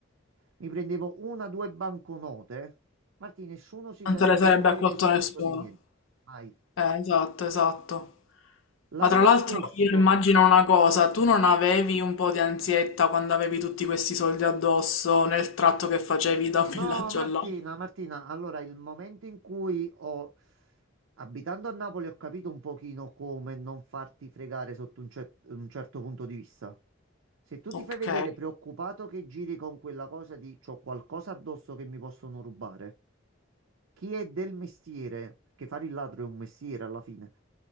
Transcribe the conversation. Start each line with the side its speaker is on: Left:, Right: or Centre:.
Right: mi prendevo una o due banconote, Martina, nessuno si sarebbe
Left: te le sarebbe
Right: mai
Left: accolto
Right: reso
Left: nessuno.
Right: conto di niente. Mai.
Left: Eh, esatto, esatto.
Right: L'anno
Left: Ma tra l'altro
Right: scorso,
Left: io immagino una cosa, tu non avevi un po' di ansietta quando avevi tutti questi soldi addosso nel tratto che facevi da un
Right: No,
Left: villaggio
Right: Martina,
Left: all'altro?
Right: Martina, allora il momento in cui ho, abitando a Napoli, ho capito un pochino come non farti fregare sotto un, cer- un certo punto di vista. Se tu ti
Left: Ok,
Right: fai vedere preoccupato che giri con quella cosa di c'ho qualcosa addosso che mi possono rubare, chi è del mestiere, che fare il ladro è un mestiere alla fine,